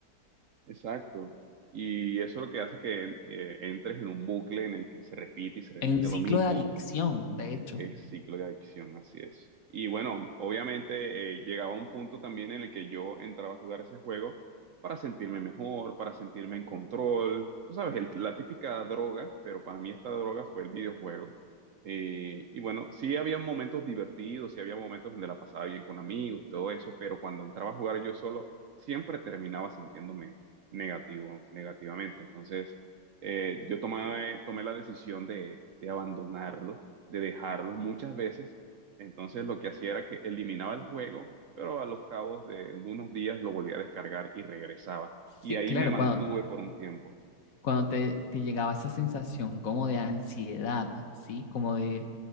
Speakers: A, on the right; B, on the left.
A: Exacto. Y eso es lo que hace que eh, entres en un bucle en el que se repite y se repite
B: En un ciclo
A: lo mismo
B: de adicción, de hecho.
A: El ciclo de adicción, así es. Y bueno, obviamente eh, llegaba un punto también en el que yo entraba a jugar ese juego para sentirme mejor, para sentirme en control. Tú sabes, el- la típica droga, pero para mí esta droga fue el videojuego. Eh, y bueno, sí había momentos divertidos, sí había momentos donde la pasaba bien con amigos y todo eso, pero cuando entraba a jugar yo solo, siempre terminaba sintiéndome negativo, negativamente. Entonces, eh, yo tomé, tomé la decisión de de abandonarlo de dejarlos muchas veces. Entonces lo que hacía era que eliminaba el juego, pero a los cabos de unos días lo volvía a descargar y regresaba.
B: Sí,
A: Y ahí
B: claro,
A: me mantuve
B: cuando,
A: por un tiempo.
B: cuando te, te llegaba esa sensación como de ansiedad, ¿sí? Como de,